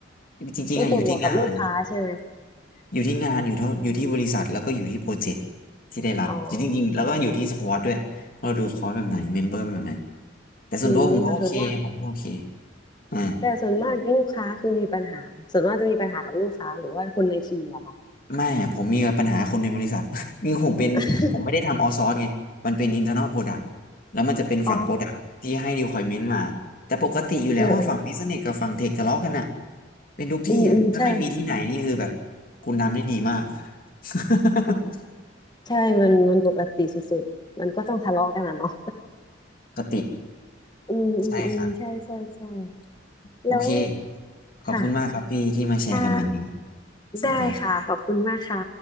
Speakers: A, on the left; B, on the left.
A: จริงๆอะอยู่ที่งาน
B: มันปวดหัวกับลูกค้าใช่ไหม
A: อยู่ที่งานอยู่ที่อยู่ที่บริษัทแล้วก็อยู่ที่โปรเจกต์ที่ได้รับจริงๆแล้วก็อยู่ที่สควอตด้วยเราดูสควอตแบบไหนเมมเบอร์แบบไหน
B: อ๋อ
A: แต่ส่วนตัวผมก็โอเคผมก็โอเค
B: อืมแต่ส่วนมาก
A: อ่า
B: แต่ส่วนมากลูกค้าคือมีปัญหาส่วนมากจะมีปัญหากับลูกค้าหรือว่าคนในทีมเหรอคะ
A: ไม่อะผมมีปัญหาคนในบริษัท <laughs> มีผมเป็นผมไม่ได้ทำเอาซอ
B: <laughs>
A: r ์ไงมันเป็น internal product แล้วมันจะเป็นฝั่ง
B: อ๋อ
A: product ที่ให้ requirement มาแต่ปกติอยู่แล้วว่าฝั่ง
B: เออเออ
A: business กับฝั่ง tech ทะเลาะกันอะเป็นทุกที่อะถ้าไม่มีที่ไหนนี่คือแบบ
B: อืมอืมใช่
A: คุณทำได้ดีมาก <laughs>
B: ใช่มันมันปกติสุดๆมันก็ต้องทะเลาะกันนะเนาะ
A: ปกติ
B: <laughs> อืมอืมอืมใช่ใช่ใช่
A: ใช่ครับโอเค
B: แล้ว
A: ขอบคุณมากครับพี่ที่มาแชร์กันวันนี้
B: ค่ะค่ะ
A: สวัสดีครับ
B: ได้ค่ะขอบคุณมากค่ะ